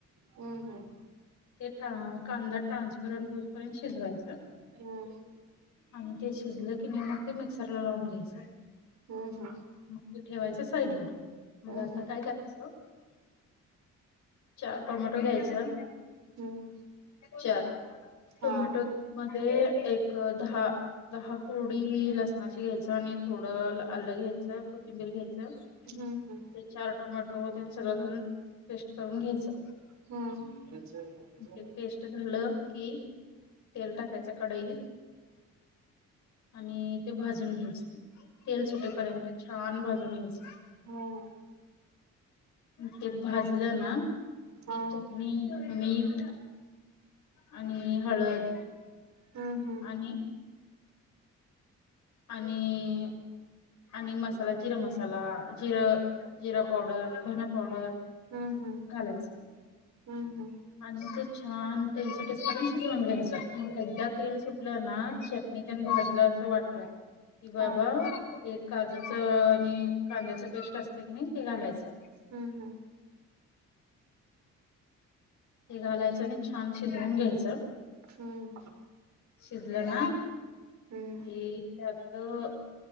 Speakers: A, on the right (about 65°); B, on the left (about 70°).
A: हं हं.
B: ते ट कांदा ट्रान्सपरंट होऊसपर्यंत शिजवायचं.
A: हम्म
B: आणि ते शिजलं की नाही, मग ते मिक्सरला लावून घ्यायचं.
A: हम्म हम्म.
B: मग ते ठेवायचं साईडला. मग आता
A: हम्म
B: काय करायचं, चार टोमॅटो घ्यायचं.
A: हम्म हम्म हम्म
B: चार
A: हा
B: टोमॅटोमध्ये एक दहा दहा कोडी लसणाची घायचं आणि थोडं आलं घ्यायचं, कोथिंबीर घ्यायची.
A: हम्म हम्म
B: ते चार टोमॅटो तेन सगळं घालून, पेस्ट करून घ्यायचं.
A: हम्म. हम्म
B: ते पेस्ट झालं की तेल टाकायचं कडईत. आणि ते भाजून घ्यायचं, तेल सुटपर्यंत छान भाजून घ्यायच.
A: हम्म.
B: ते भाजलं ना
A: हा
B: की चटणी, मीठ आणि हळद
A: हम्म हम्म.
B: आणि आणि आणि मसाला जिरं मसाला, जिरं-जिरा पावडर, धनं पावडर
A: हम्म
B: घालायच.
A: हम्म हम्म हम्म
B: आणि ते छान तेल सुटेस पर्यंत शिजवून घ्यायचं मग एकदा तेल सुटलं ना चटणीतन भाजलं असं वाट कि बाबा
A: हा
B: एक काजूच आणि कांद्याच पेस्ट असत हाय की नाय ते घालायचं
A: हम्म हम्म.
B: हे घालायचं आणि छान शिजवून घ्यायचं.
A: हम्म.
B: शिजलं ना
A: हम्म
B: की त्यात तं